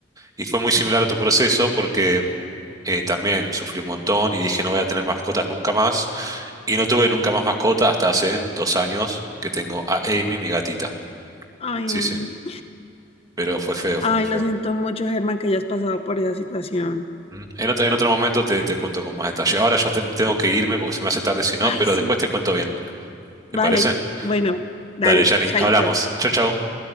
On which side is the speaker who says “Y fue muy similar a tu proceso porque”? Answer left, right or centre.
Right